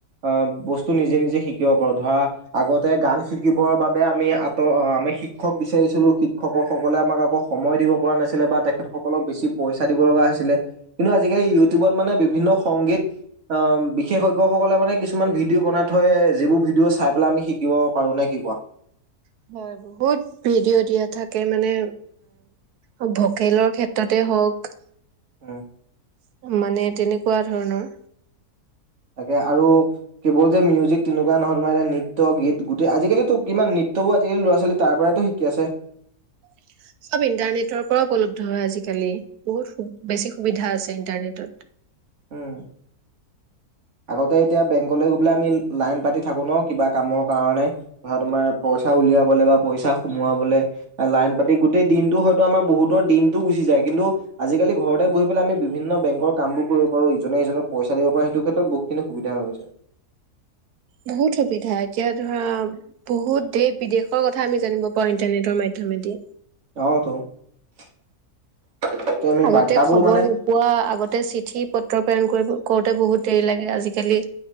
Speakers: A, on the right (about 55°); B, on the right (about 80°).
A: আ বস্তু বস্তু নিজে নিজে শিকিব পাৰো। ধৰা আগতে গান শিকিবৰ বাবে আমি আতৰ-আমি শিক্ষক বিচাৰি ছিলো শিক্ষকসকলে আমাক আকৌ সময় দিব পৰা নাছিলে বা তেখেতসকলক বেছি পইচা দিব লগা হৈছিলে। কিন্তু আজিকালি ইউটিউবত মানে বিভিন্ন সংগীত আহ বিশেষজ্ঞসকলে মানে কিছুমান ভিডিঅ' বনাই থ যিবোৰ ভিডিঅ' চাই পেলাই আমি শিকিব পাৰো নে কি কোৱা।
B: উম, হয় বহুত ভিডিঅ' দিয়া থাকে মানে অ ভকেলৰ ক্ষেত্ৰতে। হওক
A: উম
B: মানে তেনেকুৱা ধৰণৰ
A: তাকে আৰু কেৱল যে মিউজিক তেনেকুৱা নহয় মানে নৃত্য গীত গোটেই আজিকালিতো কিমান নৃত্য নৃত্য বোৰ আজিকালি ল'ৰা ছোৱালী তাৰপৰাই টো শিকি আছে
B: <inaudible> চব ইণ্টাৰনেটৰ পৰা উপলব্ধ হয় আজিকালি বহুত বেছি সুবিধা আছে ইণ্টাৰনেট। <inaudible>
A: উ, আগতে এতিয়া বেংকলৈ গলে আমি লাইন পাতি থাকো ন কিবা কামৰ কাৰণে ধৰা তোমাৰ পইচা উলিয়াবলৈ বা পইচা সোমাবলৈ লাইন পাতি গোটেই দিনতটো হয়তো আমাৰ বহুতৰ দিনতটো গুচি যায় কিন্তু আজিকালি ঘৰতে বহি পেলাই আমি বিভিন্ন বেংকৰ কামোৰ পাৰো ইজনে ইজক পইচা দিব পাৰো সেইটো কে বহুতখিনি সুবিধা হৈ গৈছে।
B: বহুত সুবিধা এতিয়া ধৰা বহুত দেশ বিদেশৰ কথা আমি জানিব পাৰো ইন্টাৰনেটৰ মাধ্যমেদি মাধ্যমেদি
A: <inaudible> আমি
B: আগতে
A: বাৰ্তাবোৰ
B: খবৰ
A: মানে
B: নোপোৱা আগতে চিঠি পত্ৰ প্ৰেৰণ কৰিব। কৰোতে বহুত দেৰি লাগে আজিকালি